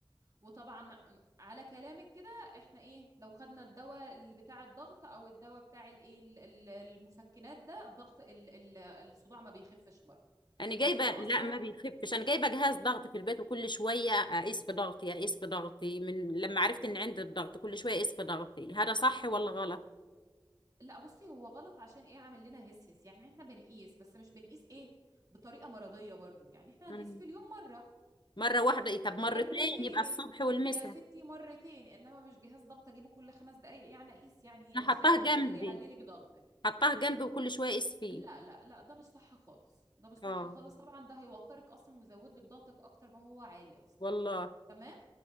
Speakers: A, on the right; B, on the left.
A: وطبعا م- على كلامك كده احنا ايه لو خدنا الدواء اللي بتاع الضغط او الدواء بتاع الايه ال- ال- المسكنات ده الضغط ال- ال- الصداع ما بيخفش برضه
B: أنا جايبة
A: انت اه مقصره
B: لا ما بيخفش أنا جايبة جهاز ضغط في البيت وكل شوية أقيس في ضغطي أقيس في ضغطي من لما عرفت إن عندي الضغط كل شوية أقيس في ضغطي هذا صح ولا غلط؟
A: لا بصي هو غلط عشان ايه عامل لنا هس هس يعني احنا بنقيس بس مش بنقيس ايه بطريقه مرضيه برضه يعني احنا
B: مم.
A: هنقيس في اليوم مره
B: مرة واحدة إيه، طب مرتين
A: مرتين
B: يبقى الصبح والمساء
A: يا ستي مرتين انما مش جهاز ضغط اجيبه كل خمس دقايق يعني اقيس يعني
B: أنا
A: هي مش
B: حطاه
A: لعبه
B: جنبي
A: ده ده اللي يعلي لك ضغط
B: حطاه جنبي وكل شوية أقيس فيه
A: لا لا لا ده مش صح خالص ده مش صح
B: اه
A: خالص طبعا ده هيوترك اصلا ويزود لك ضغطك اكتر ما هو عالي اصلا
B: والله
A: تمام